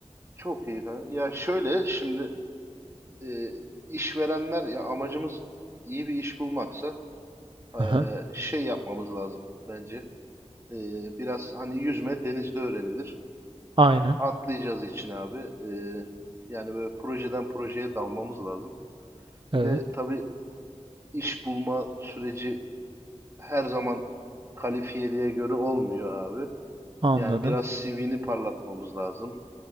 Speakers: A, on the right; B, on the right.
A: Çok iyi. kanka. Ya şöyle şimdi e, işverenler ya amacımız iyi bir iş bulmaksa
B: Aha,
A: e, şey yapmamız lazım bence. E, biraz hani yüzme denizde öğrenilir.
B: aynen.
A: Atlayacağız için abi. Ee, yani böyle projeden projeye dalmamız lazım. Bir
B: Evet.
A: de tabii iş bulma süreci her zaman kalifiyeliğe göre olmuyor abi.
B: Anladım.
A: Yani biraz CV'ni parlatmamız lazım.